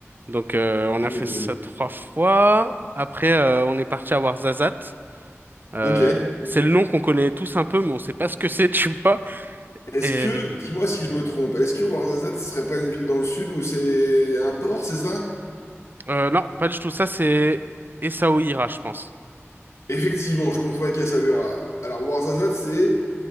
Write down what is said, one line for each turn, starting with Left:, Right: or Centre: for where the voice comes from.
Right: Donc, euh, on
Left: tu
Right: a
Left: m'étonnes.
Right: fait ça trois fois. Après, euh, on est parti à Ouarzazate. Euh,
Left: Ok.
Right: c'est le nom qu'on connaît tous un peu, mais on sait pas ce que c'est, <laughs> tu vois.
Left: Est-ce
Right: Et
Left: que, dis-moi si je me trompe, est-ce que Ouarzazate, ce serait pas une ville dans le sud où c'est un port, c'est ça?
Right: euh, non, pas du tout. Ça, c'est Essaouira, je pense.
Left: Effectivement, je confonds avec Essaouira. Alors Ouarzazate, c'est